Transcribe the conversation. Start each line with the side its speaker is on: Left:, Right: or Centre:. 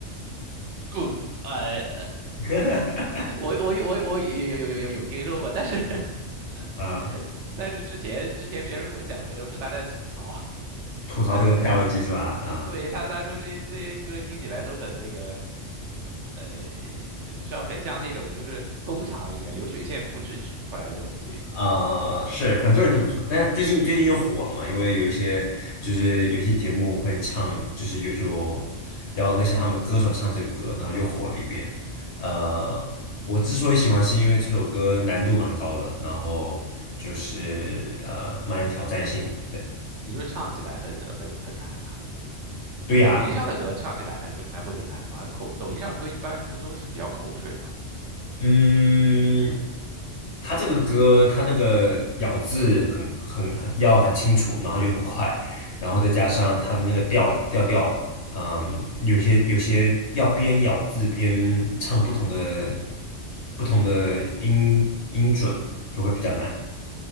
Right: 嗯，呃，
Left: <laughs>
Right: <laughs> 我我我我有有有有有有听说过，但是
Left: 啊，
Right: <laughs> 但是之前之前别人给我讲的时候是他在吐槽，
Left: 吐槽这个跳楼机是吧？
Right: 他说，
Left: 啊、
Right: 呃对他他说这些这些歌听起来都很那个，呃，知知道很像那种就是工厂里面流水线复制出出来的东西，
Left: 呃，是很多人这么说，但是最近最近又火了嘛，因为有一些就是有一些节目会唱，就是有有要那些他们歌手唱这个歌，然后又火了一遍。呃，我之所以喜欢，是因为这首歌难度蛮高的，然后就是呃蛮有挑战性的。对，
Right: 你说唱起来很很很难呐、
Left: 对呀，
Right: 抖音上的歌唱起来还很还会很难吗？口抖音上歌一般不都是比较口水吗？
Left: 嗯，他这个歌，他那个咬字很很很要很清楚，然后又很快，然后再加上他的那个调调调，嗯，有些有些要边咬字边唱不同的不同的音音准，就会比较难。